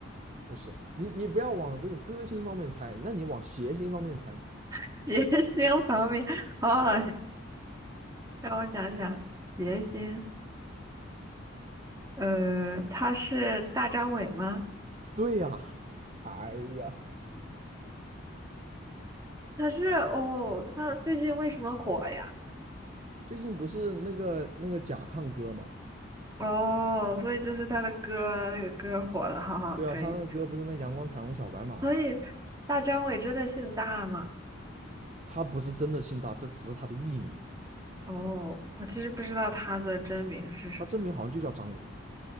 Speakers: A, on the right; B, on the right.
A: 不是你，你不要往这个歌星方面猜，那你往谐星方面猜。
B: 谐星旁边，好好，让我想想，谐星，呃，他是大张伟吗？
A: 对呀、哎呀，
B: 他是哦，他最近为什么火呀？
A: 最近不是那个那个甲亢哥嘛？
B: 哦，所以就是他的歌，那个歌火了，好好，
A: 对啊，
B: 可以。
A: 他那个歌不是那阳光彩虹小白马嘛？
B: 所以大张伟真的姓大吗？
A: 他不是真的姓大，这只是他的艺名，
B: 哦，我其实不知道他的真名是什么。
A: 他真名好像就叫张伟。